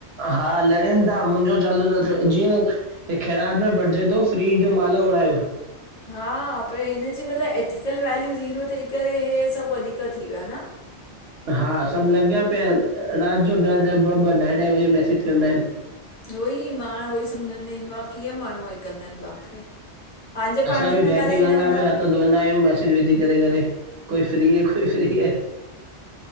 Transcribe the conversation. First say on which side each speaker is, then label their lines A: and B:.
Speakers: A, on the right; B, on the left.
A: हा लड़न ता मुंजो चालू न थियो जीअं हे खै़रात में ॿटजे तो फ्री ॼो माल आ उड़ायो।
B: हा पर हिन ॼे मतलब एथिकल वैल्यू ज़ीरो थी करे हे सॿ वधीक थी वयो आ ना?
A: <inaudible> हा सॿ लॻया पया आयन रात ॼो ॾअ ॾअ ॿ ॿ ॾाई ॾाई वॻे मैसेज कंदा आयन।
B: उईअं मां उअई समझ में न ईंदो आ कीअं माणू हे कंदा आयन बाप रे। पंहिंजे
A: असां
B: पंहिंजे
A: ॿि बहती
B: में ॻाल्हाईंदा
A: गंगा
B: हूंदा
A: में हथ धोईंदा आयूं मैसेज विझी करे करे कोई फ्री है कोई फ्री है?